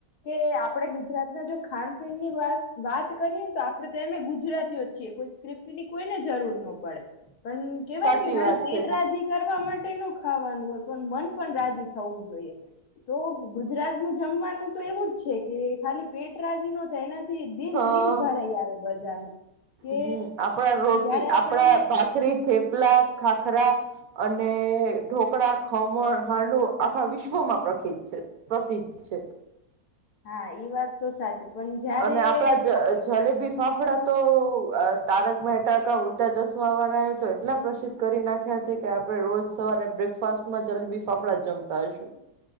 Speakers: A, on the left (about 75°); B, on the right (about 65°).
A: કે આપણેે ગુજરાતના જો ખાાનપીણની વાત વાત કરીએ ને તો આપડે તો એમેય ગુજરાતીઓ જ છીએ કોઈ સ્ક્રિપ્ટની કોઈને જરૂર નો પડે. પણ કેવાય
B: સાચી
A: ને કે ખાલી
B: વાત
A: પેટ
B: છે
A: રાજી કરવા માટે નો ખાવાનું હોય. પણ મન પણ રાજી થવું જોઈએ. તો ગુજરાતનું જમવાનું તો એવું જ છે કે ખાલી પેટ રાજી નો તો એનાથી દિલ
B: હા
A: દિલ ભરાઈ આવે બધાનું. કે
B: હમ આપણા રોટલી
A: જયારે આપડે
B: આપણા ભાખરી, થેપલા, ખાખરા. અને ઢોકળા, ખમણ, હાંડવો આખા વિશ્વમાં પ્રખીત છે. પ્રસિદ્ધ છે.
A: હા એ વાત તો સાચી. પણ જયારે
B: અને આપણા જ
A: ખા
B: જલેબી ફાફડા તો અ તારક મહેતા કા ઉલટા ચશ્માવાળાએ તો એટલા પ્રસિદ્ધ કરી નાખ્યા છે કે આપણે રોજ સવારે બ્રેકફાસ્ટમાં જલેબી ફાફડા જ જમતા હશું.